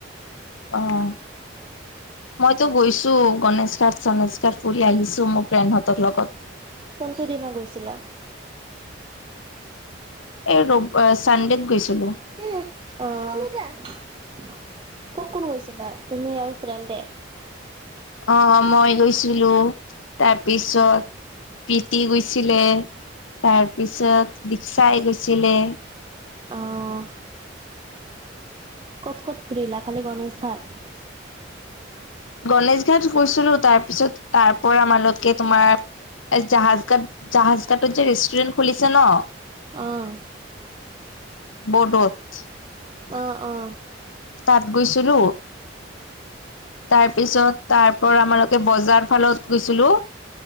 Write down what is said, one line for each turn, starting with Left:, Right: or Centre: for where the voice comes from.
Left: অ' মইতো গৈছো। গনেশ ঘাট, চণেশ ঘাট ফুৰি আহিছো মোৰ ফ্ৰেণ্ডহঁতৰ লগত।
Right: কোনটো দিনত গৈছিলা?
Left: অ', চানডেত গৈছিলো।
Right: অ' কোন কোন গৈছিলা? তুমি আৰু ফ্ৰেণ্ডে।
Left: অ' মই গৈছিলো। তাৰপিছত প্ৰীতি গৈছিলে, তাৰপিছত দীক্ষাই গৈছিলে
Right: অ' ক'ত ক'ত ফুৰিলা, খালি গণেশঘাট?
Left: গণেশ ঘাট গৈছিলো। তাৰ পিছত, তাৰ পৰা মালতীয়ে তোমাৰ এই জাহাজ ঘাট। জাহাজ ঘাটট যে ৰেষ্টুৰেণ্ট খুলিছে ন'।
Right: অ'
Left: ব'ডত।
Right: অ', অ'।
Left: তাত গৈছিলো। তাৰপিছত, তাৰ পৰা আমাৰত বজাৰ ফালত গৈছিলো।